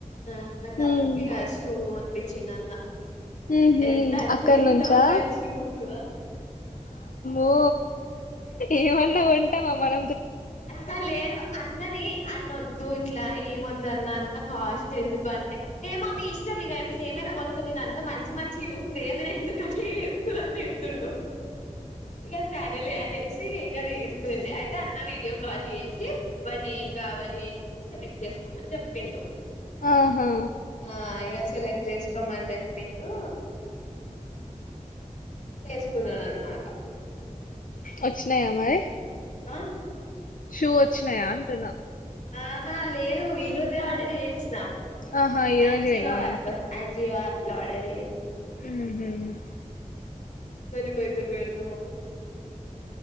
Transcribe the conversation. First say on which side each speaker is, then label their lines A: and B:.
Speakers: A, on the left (about 65°); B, on the left (about 80°).
A: ఆ మ తమ్మడూ
B: ఉమ్
A: కి షూ చ్చ నాన్న
B: ఉహు
A: ఎంత
B: అక్కడి
A: త్రీ
B: నుంచా
A: థౌసండ్ షూస్
B: ఓ ఏమన్నా కాంట్టామా మన
A: అ లేదు అన్నని అన్న వద్ ఇట్లా ఏమ వద్దన్న అంత కాస్ట్ ఎందుకు అంటే ఏమో మీ ఇష్టం ఇక మీరు ఏమైనా కొనుకుని నేను అంత మంచి మంచి చూస్తేమీరే ఎందుకు తరంత థీడుతుండ ఇగ సరే అనేసి ఇది ఇస్తుందిండి అయితే అయితే అన్న వీడియో కాల్ చేసి వాడిని ఏం కావాలి ఏందని సెలెక్ట్ చేసుకోమని చెప్పిండు
B: ఆహా
A: ఆ ఇగ సెలెక్ట్ చేసుకోమని చెప్పిండు చేసుకున్నాడు అనమాట
B: వచ్చినాయా మరి
A: ఆ
B: షూ వచ్చినాయా అంటునా
A: ఆహ లేను ఇరోజే ఆర్డర్ చెస్
B: ఆహా ఈ రోజేనా
A: అజియో ఆప్ జిో ఆప్ లో ర్డర్ ఇ
B: హ
A: తని పైసలు వేడద మ